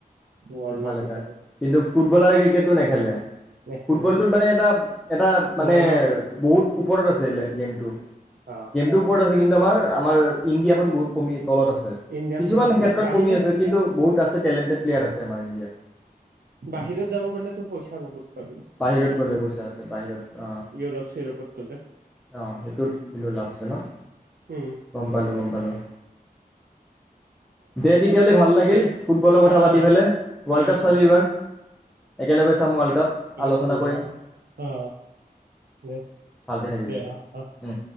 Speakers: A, on the right; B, in the centre.
A: ৱৰ্ম
B: ভাল
A: আপ
B: এটা
A: হিচাপে
B: কিন্তু ফুটবলাৰে ক্ৰিকেটটো নেখেলে।
A: নেখেলে
B: ফুটবলটোত
A: অ
B: মানে এটা এটা মানে
A: ৱৰ্ম আপ আৰু
B: ওপৰত আছে লে-গেমটো
A: অ
B: গেমটো ওপৰত আছে কিন্তু আমাৰ ইণ্ডিয়াখন বহুত কমি তলত আছে।
A: ইণ্ডিয়াখনন
B: কিছুমান
A: কমে
B: ক্ষেত্ৰত
A: বাহিৰ
B: কমি আছে কিন্তু বহুত আছে টেলেণ্টেড প্লেয়াৰ আছে আমাৰ ইণ্ডিয়াত।
A: বাহিৰত যাব পাৰিলে তোৰ পইচা বহুত। পাবি
B: বাহিৰত
A: ফুটবলত
B: গ'লে পইচা আছে বাহিৰত অ',
A: ইউৰোপ চিউৰোপত গ'লে
B: অ', সেইটোত কিন্তু লাভ আছে ন?
A: উম
B: গম পালোঁ গম পালোঁ। দে তেতিয়াহ'লে ভাল লাগিল,
A: দে
B: ফুটবলৰ কথা
A: অ
B: পাতি
A: অ
B: পেলাই ৱৰ্ল্ড
A: দে
B: কাপ চাবি
A: দে
B: এইবাৰ। একেলগে চাম ৱৰ্ল্ড কাপ। আলোচনা
A: চানডে
B: কৰিম
A: অ, অ, অ, দে,
B: ভালকে থাকিবি
A: দে, অ, অ।
B: উম।